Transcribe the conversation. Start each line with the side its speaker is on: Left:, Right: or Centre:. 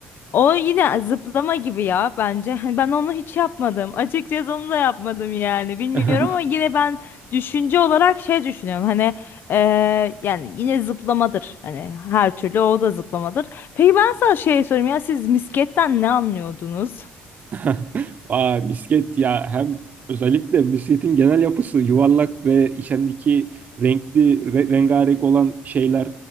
Left: O yine zıplama gibi ya bence. Hani ben onu hiç yapmadım. Açıkçası onu da yapmadım yani. Bilmiyorum
Right: <laughs>
Left: ama yine ben düşünce olarak şey düşünüyorum. Hani eee, yani yine zıplamadır. Hani her türlü o da zıplamadır. Peki ben sana şey sorayım ya siz misketten ne anlıyordunuz?
Right: <laughs> Aa, misket ya hem özellikle misketin genel yapısı yuvarlak ve içindeki renkli re- rengarenk olan şeyler